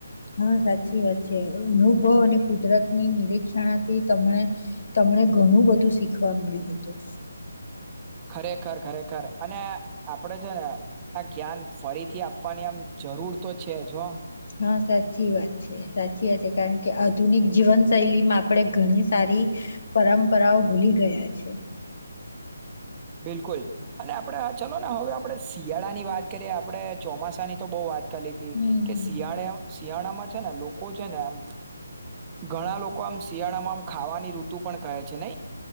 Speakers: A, on the left; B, on the right.
A: હા સાચી વાત છે અનુભવ અને કુદરતની નિરીક્ષણાથી તને તમને ઘણું બધું શીખવા મળ્યું હતું.
B: ખરેખર ખરેખર અને આપડે છે ને આ જ્ઞાન ફરીથી આપવાની આમ જરૂર તો છે જો.
A: હા સાચી વાત છે. સાચી છે કારણ કે આધુનિક જીવન શૈલીમાં આપણે ઘણી સારી પરંપરાઓ ભૂલી ગયા છે.
B: બિલકુલ અને આપડે ચાલ ને હવે આપણે શિયાળા ની વાત કરીએ આપડણે ચોમાસાની તો બઉુ વાત કરી લી ત
A: હમ
B: કે
A: હમ
B: શિયાળે શિયાળામાં છે ને લોકો છે ને આમ ઘણા લોકો આમ શિયાળામાં આમ ખાવાની ઋતુ પણ કહે છે નયી.